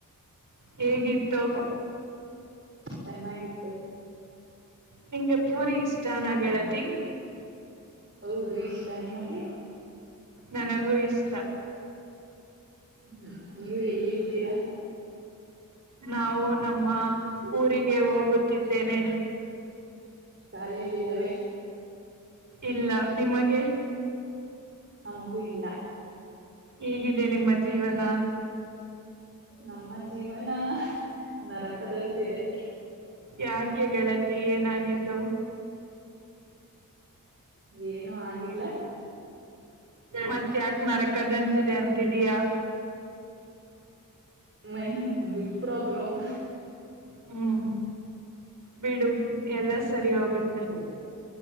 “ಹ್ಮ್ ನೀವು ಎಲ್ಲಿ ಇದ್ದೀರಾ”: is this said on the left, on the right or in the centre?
Right